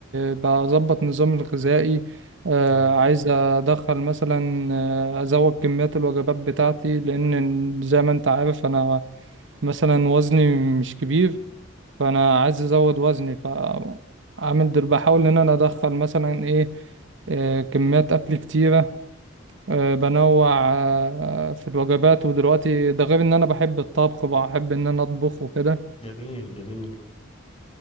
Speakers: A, on the right (about 65°); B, on the left (about 30°).
A: بظبط نظامي الغذائي آه،
B: تمام
A: عايز ادخل مثلا آه، ازود كميات الوجبات بتاعتي لان زي ما انت عارف انا مثلا وزني مش كبير فانا عايز ازود وزني فعامل دل بحاول ان انا ادخل مثلا ايه آه، كميات اكل كتيره آه، بنوع آه، في الوجبات ودلوقتي ده غير ان انا بحب الطبخ بحب ان انا اطبخ وكده
B: جميل جميل